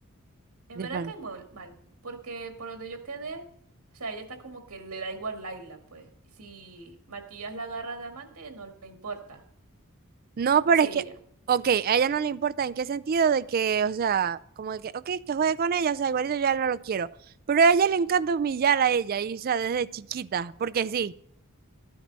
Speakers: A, on the right; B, on the right.
A: En
B: de
A: verdad
B: pan.
A: cae mol- mal, porque por donde yo quedé, o sea, ella está como que le da igual Laila, pues. Si Matías la agarra de amante, no le importa,
B: No,
A: dice
B: pero es
A: ella.
B: que, ok, a ella no le importa en qué sentido de que, o sea, como de que, ok, que juegue con ella, o sea, igualito yo ya no lo quiero. Pero a ella le encanta humillar a ella, y, o sea, desde chiquita, porque sí.